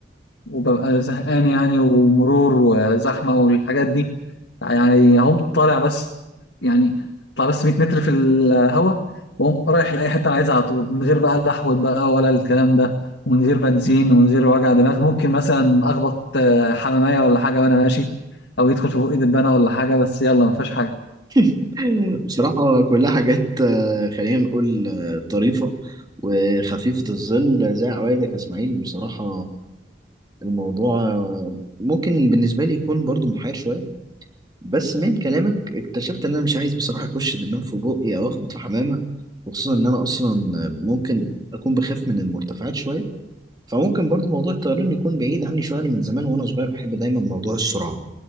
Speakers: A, on the left; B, on the right.
A: وببقى زهقان يعني ومرور وزحمة والحاجات دي يعني هم طالع بس يعني طالع بس 100 متر في الهوا وهم رايح لأي حتة أنا عايزها على طول من غير بقى لحوة بقى ولا الكلام ده ومن غير بنزين ومن غير وجع دماغ ممكن مثلا أخبط آه، حمامية ولا حاجة وأنا ماشي أو يدخل في بقي دبانة ولا حاجة بس يلا ما فيهاش حاجة
B: <laughs> بصراحة كلها حاجات آه، خلينا نقول آه، طريفة وخفيفة الظل زي عوايدك يا اسماعيل بصراحة الموضوع آه، ممكن بالنسبة لي يكون برضو محير شوية بس من كلامك اكتشفت ان انا مش عايز بصراحه اخش دبان في بقي او اخبط في حمامه وخصوصا ان انا اصلا ممكن اكون بخاف من المرتفعات شويه فممكن برضو موضوع الطيران يكون بعيد عني شويه انا من زمان وانا صغير بحب دايما موضوع السرعه